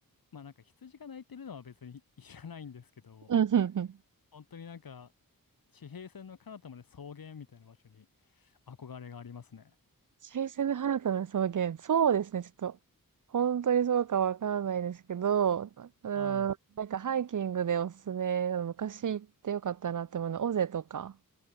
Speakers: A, on the left; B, on the right.
A: まあなんか羊が鳴いてるのは別にいらないんですけど、
B: うんうんうん。
A: 本当になんか地平線の彼方まで草原みたいな場所に憧れがありますね。
B: チェイス・ザ・ハナトの草原。そうですね。ちょっと、本当にそうかわからないですけど、うーん、
A: はい。
B: なんかハイキングでおすすめ、昔行ってよかったなって思うのは、尾瀬とか、